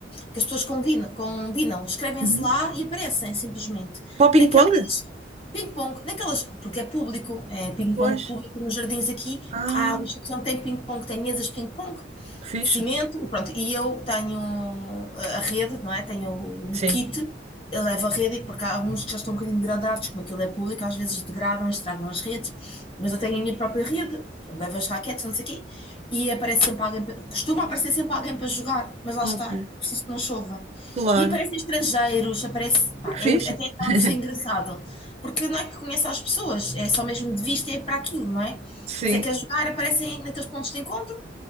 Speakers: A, on the left (about 30°); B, on the right (about 35°).
A: que as pessoas combinam, combinam, escrevem-se
B: Uhum.
A: lá e aparecem simplesmente.
B: Para o ping-pong?
A: Naquelas ping-pong, naquelas, porque é público, é ping-pong
B: Pois.
A: público nos jardins aqui,
B: Ah,
A: há um sítio onde tem ping-pong, tem mesas de ping-pong,
B: que fixe.
A: de cimento e pronto. E eu tenho a a rede, não é? Tenho o
B: Sim.
A: o kit, eu levo a rede, porque há alguns que já estão um bocadinho degradados, como aquilo é público, às vezes degradam, estragam as redes, mas eu tenho a minha própria rede, pronto, levo as raquetes, não sei o quê, e aparece sempre alguém, pa- costuma aparecer sempre alguém para jogar, mas lá
B: Ok.
A: está, é preciso que não chova.
B: Claro.
A: E aparecem estrangeiros, aparece, pá,
B: Que
A: é,
B: fixe.
A: en- até acaba
B: <laughs>
A: por ser engraçado, porque não é que conhece as pessoas, é só mesmo de vista, é para aquilo, não é?
B: Sim.
A: Mas é que a jogar aparecem naqueles pontos de encontro